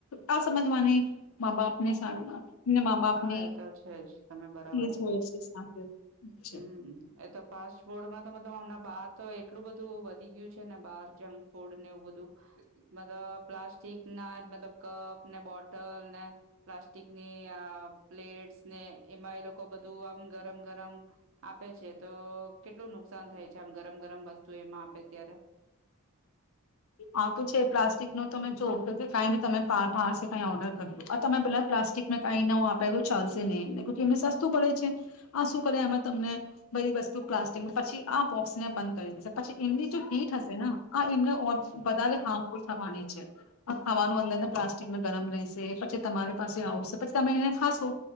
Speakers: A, on the left; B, on the right.
A: આ સમજવાની મા બાપને મા બાપની
B: હા એ તો છે જ તમે બરાબર
A: એ જ
B: કેવો
A: હોય
B: છો
A: છે સાથે છે.
B: હમ એ તો ફાસ્ટફોડમાં તો હમણા બહાર તો એટલું બધું વધી ગયું છે ને બહાર જંક ફૂડ ને એવું બધું મતલબ પ્લાસ્ટિક ના મતલબ કપ ને બોટ ટલ ને પ્લાસ્ટિકની આ પ્લેટ્સ ને એમાં એ લોકો બધું આમ ગરમ ગરમ આપે છે તો કેટલું નુકસાન થાય છે આમ ગરમ ગરમ વસ્તુ એમાં આપે ત્યારે
A: આ તો છે પ્લાસ્ટિક નો તમે જો કઈ ભી તમે બહારસે કઈ ઓર્ડર કર્યો આ તમે પેલા પ્લાસ્ટિકમાં કાઈ નવું આપેલું ચાલશે નહી એમને એમને સસ્તું પડે છે આશું કરે આમાં તમને બધી વસ્તુ પ્લાસ્ટિકમાં પછી આ બોક્સને બંધ કરી દેશે પછી એમની જો હીટ હશેના વધારે હાર્મફુલ થવાની છે આ ખાવાનું અંદર પ્લાસ્ટિકમાં ગરમ રહેશે પછી તમારી પાસે આવશે પછી તમે એને ખાશો